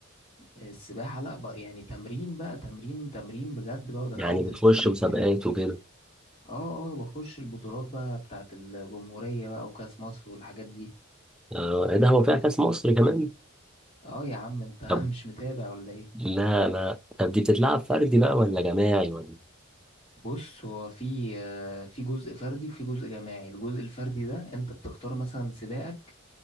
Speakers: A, on the left; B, in the centre.
A: السباحة لا بقى يعني تمرين بقى تمرين تمرين بجد بقى ودخلت
B: يعني بتخش
A: الفريق
B: مسابقات
A: وكده
B: وكده
A: اه اه بخش البطولات بقى بتاعت الجمهورية بقى وكأس مصر والحاجات دي
B: آه إيه ده هو فيها كأس مصر كمان؟
A: اه يا عم انت <laughs>
B: طب
A: مش متابع ولا ايه
B: لا لا طب دي بتتلعب فردي بقى ولا جماعي ولا
A: بص هو في آه، في جزء فردي وفي جزء جماعي الجزء الفردي ده انت بتختار مثلا سباقك